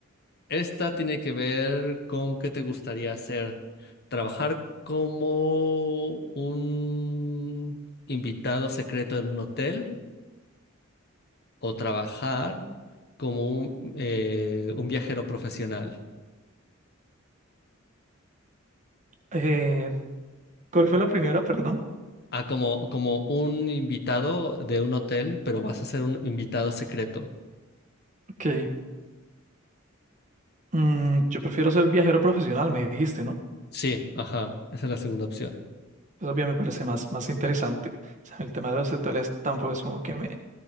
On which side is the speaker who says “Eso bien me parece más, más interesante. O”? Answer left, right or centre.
Right